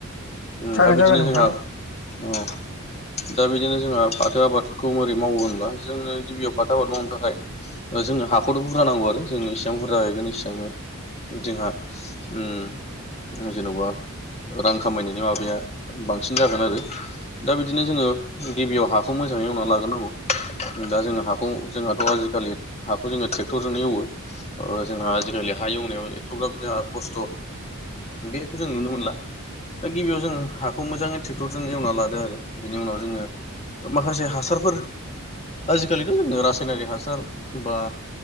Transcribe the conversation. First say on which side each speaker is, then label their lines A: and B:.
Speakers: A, on the left; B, on the left.
A: जागोन
B: दा बिदिनो
A: जागोन नोंथां
B: जोंहा औ दा बिदिनो जोंहा फाथो आबादखौ बोरै मावो होनब्ला जोंङो गिबियाव फाथो आबाद मावनो थाखाय ओ जोंनो हाखौथ' बुरजा नांगौ आरो जोंङ इसेबां बुरजा जाहैगोन इसेबांनो। जोंहा उम जेनोबा रां खामायनायनि माबाया बांसिन जागोन आरो दा बिदिनो जोङो गिबियाव हाखौ मोजाङै एवनानै लाग्रो नांगौ। दा जोङो हाखौ जोंहाथ' आजिखालि हाखौ जोङो ट्रेक्टरजोंनो एवो। ओ जोंहा आजिखालि हा एवनायाव एथ'ग्राब जोंहा खस्थ' बेखौ जों नुनो मोनला। दा गिबियाव जोङो हाखौ मोजाङै ट्रेक्टरजों एवना लादों आरो बिनि उनाव जोङो माखासे हासारफोर आजिखालिथ' जोङो रासायनारि हासार बा